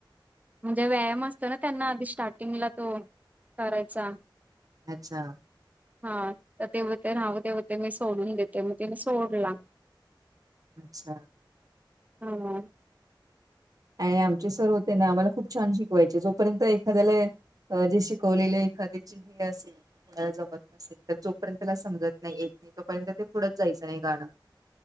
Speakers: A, on the right; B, on the right.
A: म्हणजे व्यायाम असतो ना, त्यांना आधी स्टार्टिंगला तो करायचा.
B: अच्छा!
A: हा तर ते बोलते राहू दे बोलते, मी सोडून देते मग तिने सोडला.
B: अच्छा.
A: हा!
B: आ आमचे सर होते ना आम्हाला खूप छान शिकवायचे, जोपर्यंत एखाद्याला जे शिकवलेले एखाद्या चे हे असेल. त्याला जमत नसेल, तर जोपर्यंत त्याला समजत नाही येत तोपर्यंत ते पुढच जायचं नाही गाणं.